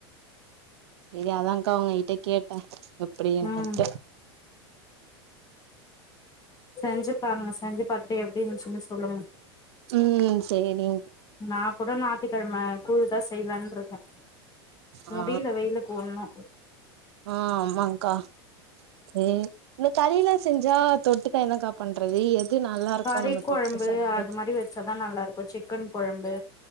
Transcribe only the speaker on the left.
ம் செஞ்சு பாருங்க செஞ்சு பட்டைய எப்பிடின்னு சொல்லி சொல்லுங்க
நான் கூட நா ஞாயிற்றுக்கிழமை கூழு தான் செய்யலானுருக்கேன் முடில
வெயிலுக்கு ஒன்னும்
கறி
கொழம்பு
அது மாதிரி வச்சாதான் நல்லா இருக்கும் சிக்கன் கொழம்பு